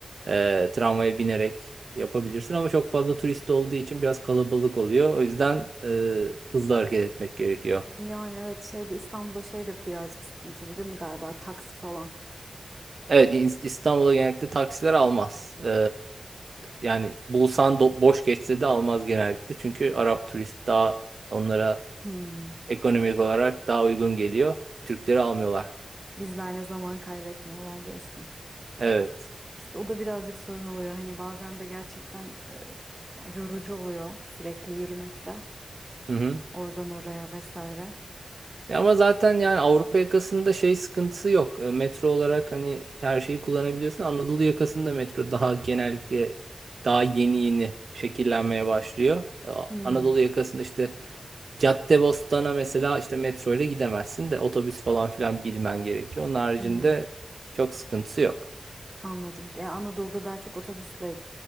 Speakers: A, on the right; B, on the right.
A: e, tramvaya binerek yapabilirsin. Ama çok fazla turist olduğu için biraz kalabalık oluyor. O yüzden e, hızlı hareket etmek gerekiyor.
B: Yani evet şeyde İstanbul'da şey de birazcık sıkıntılı değil mi galiba? Taksi falan.
A: Evet İn- İstanbul'a genellikle taksiler almaz. E, yani bulsan do- boş geçse de almaz genellikle. Çünkü Arap turist daha onlara
B: Hmm.
A: ekonomik olarak daha uygun geliyor. Türkleri almıyorlar.
B: Bizlerle zaman kaybetmiyorlar diyorsun.
A: Evet.
B: İşte o da birazcık sorun oluyor. Hani bazen de gerçekten e, yani yorucu oluyor sürekli yürümekte.
A: Hı hı.
B: Oradan oraya vesaire.
A: Ya Ama zaten yani Avrupa yakasında şey sıkıntısı yok. E, Metro olarak hani her şeyi kullanabiliyorsun. Anadolu yakasında metro daha genellikle daha yeni yeni şekillenmeye başlıyor. E,
B: Hmm.
A: Anadolu yakasında işte Caddebostan'a mesela işte metro ile gidemezsin de otobüs falan filan bilmen gerekiyor. Onun haricinde
B: Hmm.
A: çok sıkıntısı yok.
B: Anladım. Ya Anadolu'da daha çok otobüsle